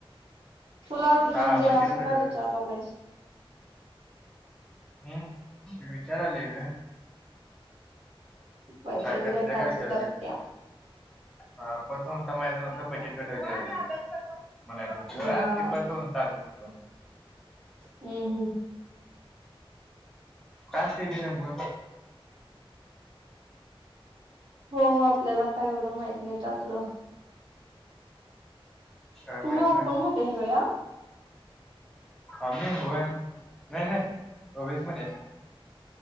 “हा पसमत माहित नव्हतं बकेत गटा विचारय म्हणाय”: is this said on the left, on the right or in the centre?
Centre